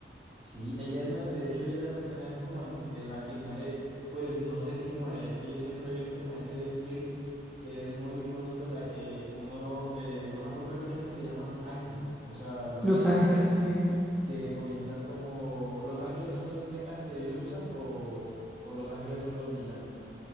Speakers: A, on the right; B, in the centre.
A: Sí, ella no, de hecho ella no es como en, en la que muere, pues no sé si muere, es que yo siempre he visto como ese clip que es muy icónico en la que uno, eh, no me acuerdo cómo es que se llaman ángeles, o sea, los,
B: Los ángeles,
A: los
B: sí.
A: que comienzan como, los ángeles son los mechas que ellos usan o, o los ángeles son los villanos.